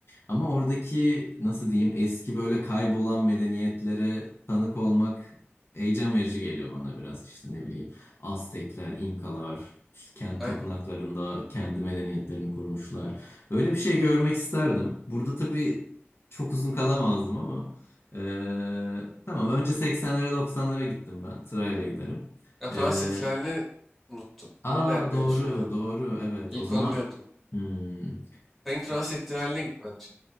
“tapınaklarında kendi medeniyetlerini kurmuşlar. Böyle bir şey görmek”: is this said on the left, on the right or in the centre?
Left